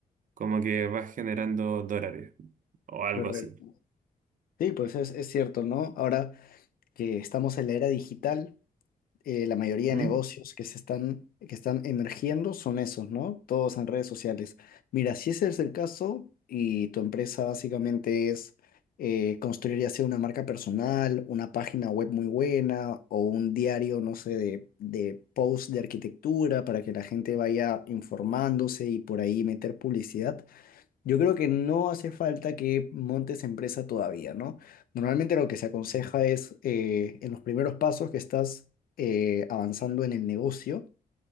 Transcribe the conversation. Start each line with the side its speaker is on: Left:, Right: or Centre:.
Right: como que vas generando dólares o algo
Left: Correcto.
Right: así.
Left: Sí, pues es, es cierto, ¿no? Ahora que estamos en la era digital. eh, la mayoría
Right: ¿Mm?
Left: de negocios que se están, que están emergiendo son esos, ¿no? Todos en redes sociales. Mira, si ese es el caso y tu empresa básicamente es eh, construir ya sea una marca personal, una página web muy buena o un diario, no sé, de, de post de arquitectura para que la gente vaya informándose y por ahí meter publicidad. Yo creo que no hace falta que montes empresa todavía, ¿no? Normalmente lo que se aconseja es eh, en los primeros pasos que estás eh, avanzando en el negocio,